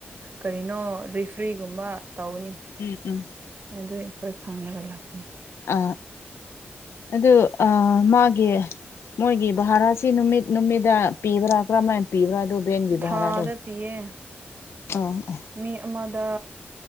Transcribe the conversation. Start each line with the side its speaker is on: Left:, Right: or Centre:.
Right: ꯀꯔꯤꯅꯣ ꯔꯤꯐ꯭ꯔꯤꯒꯨꯝꯕ ꯇꯧꯅꯤ
Left: ꯎꯝ ꯎꯝ
Right: ꯑꯗꯨ ꯑꯩꯈꯣꯏ ꯈꯪꯉꯒ ꯂꯥꯛꯄꯅꯤ
Left: ꯑ ꯑꯗꯨ ꯑ ꯃꯥꯒꯤ ꯃꯣꯏꯒꯤ ꯚꯔꯥꯁꯤ ꯅꯨꯃꯤꯠ ꯅꯨꯃꯤꯗ ꯄꯤꯕ꯭ꯔꯥ ꯀꯔꯝꯍꯥꯏꯅ ꯄꯤꯕ꯭ꯔꯥ ꯑꯗꯨꯕꯦꯟꯒꯤꯕꯔ
Right: ꯊꯥꯗ
Left: ꯑꯗꯨꯣ
Right: ꯄꯤꯌꯦ
Left: ꯑ ꯑ
Right: ꯃꯤ ꯑꯃꯗ